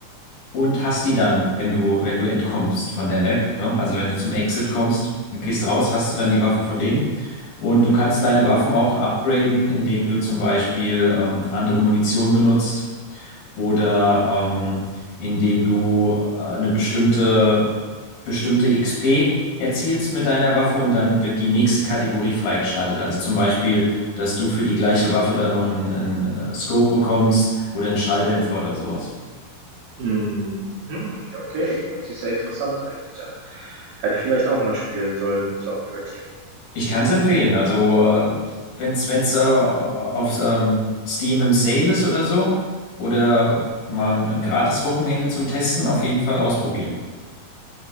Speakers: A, on the left (about 80°); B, on the right (about 75°).
A: und hast die dann, wenn du, wenn du entkommst von der Map, ne? Also wenn du zum Exit kommst, du gehst raus, hast du dann die Waffen von denen. Und du kannst deine Waffen auch upgraden, indem du zum Beispiel ähm, andere Munition benutzt oder ähm, indem du äh, eine bestimmte, bestimmte XP erzielst mit deiner Waffe und dann wird die nächste Kategorie freigeschaltet. Also zum Beispiel, dass du für die gleiche Waffe dann noch einen, einen äh, Scope bekommst oder einen Schalldämpfer oder sowas.
B: Mhm, okay, hört sich sehr interessant eigentlich an. Hätte ich vielleicht auch mal spielen sollen zur Abwechslung.
A: Ich kann es empfehlen. Also, äh, wenn es wenn's, wenn's, äh, auf ähm, Steam im Sale ist oder so, oder man ein gratis Wochenende zum Testen, auf jeden Fall ausprobieren.